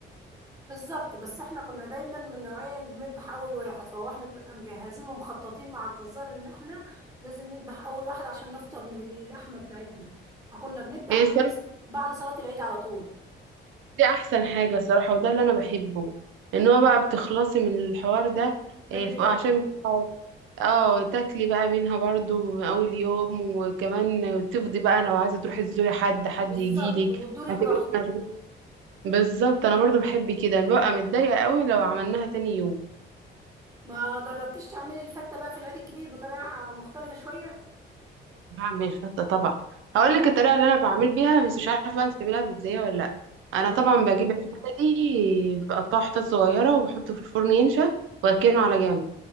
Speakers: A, on the right (about 15°); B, on the right (about 80°).
A: بالظبط بس احنا كنا دايما من نوعية اللي بنذبح اول واحد فهو احنا بنبقى مجهزين ومخططين مع الجزار ان احنا لازم نذبح اول واحد عشان نفطر من اللحمة بتاعتنا فكنا بنذبح
B: ايه
A: بعد
B: الصراحه
A: بعد صلاة العيد على طول
B: دي احسن حاجه صراحه وده اللي انا بحبه ان هو بقى بتخلصي من الحوار ده
A: بدري
B: إيه ف-
A: بدري
B: عشان اه تاكلي بقى منها برضو من اول يوم وكمان تفضي بقى لو عايزه تروحي تزوري حد حد
A: بالظبط
B: يجيلك
A: وتدوري
B: ما
A: براحتك
B: تبقيش مشغوله بالظبط انا برضو بحب كده ببقى متضايقه قوي لو عملناها تاني يوم
A: ما جربتيش تعملي الفتة بقى في العيد الكبير بطريقة مختلفة شوية
B: بعمل فتة طبعا هقول لك الطريقة اللي انا بعمل بيها بس مش عارفة بقى انت بتعمليها ازاي ولا لا انا
A: تمام
B: طبعا بجيب عيش بلدي بقطعه حتت صغيرة وبحطه في الفرن ينشف واركنه على جنب